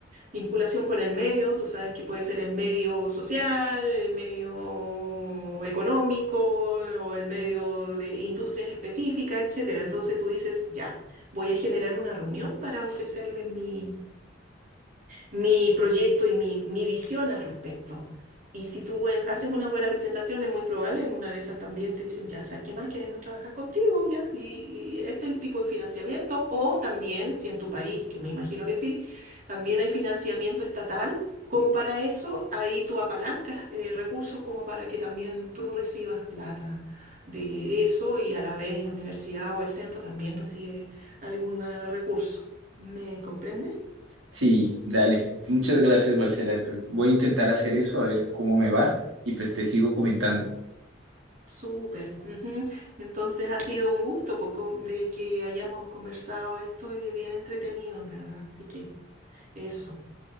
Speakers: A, on the right; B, on the right.
A: Vinculación con el medio, tú sabes que puede ser el medio social, el medio económico o el medio de industrias específicas, etcétera. Entonces tú dices, ya, voy a generar una reunión para ofrecerles mi mi proyecto y mi, mi visión al respecto. Y si tú buen- haces una buena presentación, es muy probable en una de esas también te dicen, ya sabes qué más, queremos trabajar contigo, ya, y, y este es el tipo de financiamiento. O también, si en tu país, que me imagino que sí, también hay financiamiento estatal, como para eso, ahí tú apalancas eh, recursos como para que también tú recibas plata de eso y a la vez la universidad o el centro también recibe algún eh, recurso. ¿Me comprendes?
B: Sí, dale. Muchas gracias, Marcela. Pues voy a intentar hacer eso, a ver cómo me va y pues te sigo comentando.
A: Súper. ujú. Entonces ha sido un gusto poco de que hayamos conversado esto y bien entretenido, en verdad. Así que eso.